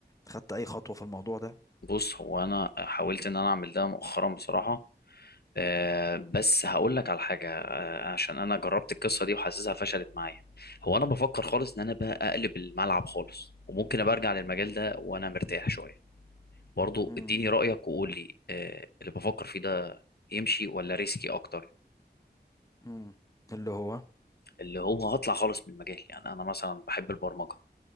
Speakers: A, on the left; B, on the left.
A: خدت اي خطوة في الموضوع ده
B: بص هو انا حاولت ان انا اعمل ده مؤخرا بصراحة آه بس هقول لك على حاجة آه عشان انا جربت القصة دي وحاسسها فشلت معايا هو انا بفكر خالص ان انا بقى اقلب الملعب خالص وممكن ابقى ارجع للمجال ده وانا مرتاح شوية برضو
A: امم
B: اديني رأيك وقول لي آه اللي بفكر فيه ده يمشي ولا ريسكي اكتر
A: امم اللي هو
B: اللي هو هطلع خالص من المجال يعني انا مثلا بحب البرمجه